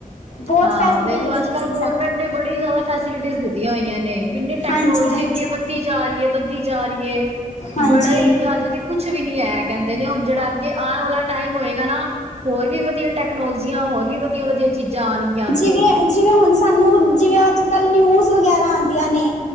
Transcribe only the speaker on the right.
ਹਾਂ,
ਵੇਖਲੋ
ਅੱਜ -ਕੱਲ੍ਹ
ਗੌਰਮੈਂਟ ਨੇ ਬੜੀ ਜ਼ਿਆਦਾ ਫੈਸਿਲਿਟੀਸ ਦਿੱਤੀਆਂ ਹੋਈਆਂ ਨੇ, ਮਿੰ ਟੈਕਨੋਲਜੀ
ਅੱਗੇ ਵਧੀ ਜਾ ਰੀ ਏ, ਵੱਧੀ ਜਾ ਰੀ ਏ
ਬੜਾ ਈ ਅਜੇ ਤੇ ਕੁਛ ਵੀ ਨੀ ਐ ਕੈਂਦੇ ਨੇ ਹੁਨ। ਜੇੜਾ ਅੱਗੇ ਆਣ ਵਾਲਾ ਟਾਈਮ ਹੋਏਗਾ ਨਾ ਹੋਰ ਵੀ ਵਧੀਆ ਟੈਕਨੋਲਜੀਆਂ ਹੋਰ ਵੀ ਵਧ ਵਧੀਆ-ਵਧੀਆ ਚੀਜਾਂ ਆਨਗੀਆਂ ਅੱਗੇ।